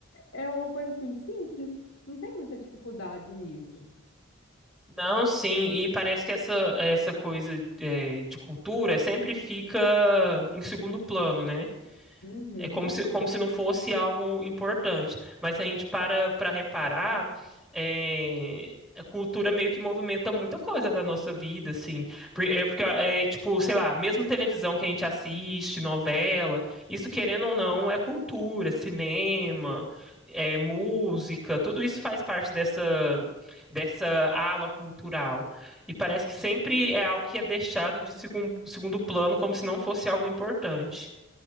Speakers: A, on the left (about 80°); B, in the centre.
A: é uma coisa assim simples. Não tem muita dificuldade nisso.
B: Não, sim, e parece que essa, essa coisa é, de cultura sempre fica em segundo plano, né?
A: Uhum.
B: É como se, como se não fosse algo importante. Mas se a gente para para reparar, é, a cultura meio que movimenta muita coisa da nossa vida, assim. Por- É porque, é, tipo, sei lá, mesmo televisão que a gente assiste, novela, isso querendo ou não é cultura, cinema, é música, tudo isso faz parte dessa, dessa ala cultural. E parece que sempre é algo que é deixado de segun- segundo plano, como se não fosse algo importante.